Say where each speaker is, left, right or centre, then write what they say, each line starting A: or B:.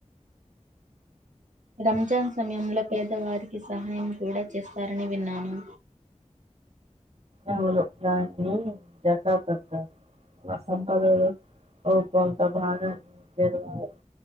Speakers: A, on the right; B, on the right.
A: రంజాన్ సమయంలో పేదవారికి సహాయం కూడ చేస్తారని విన్నాను.
B: అవులో దాన్ని జకాత్ అంటార్. మా సంపదలో ఓ కొంత భాగాన్ని పేదవార్